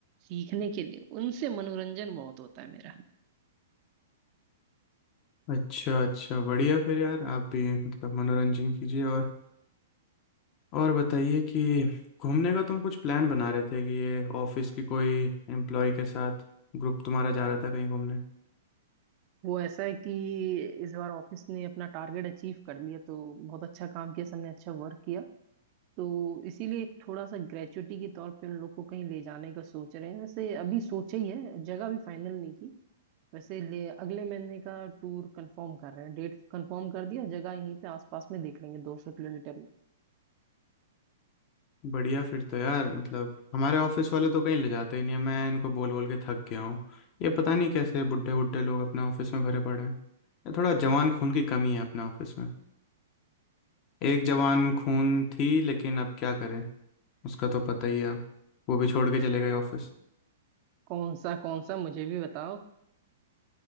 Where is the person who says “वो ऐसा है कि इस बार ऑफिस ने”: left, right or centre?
Right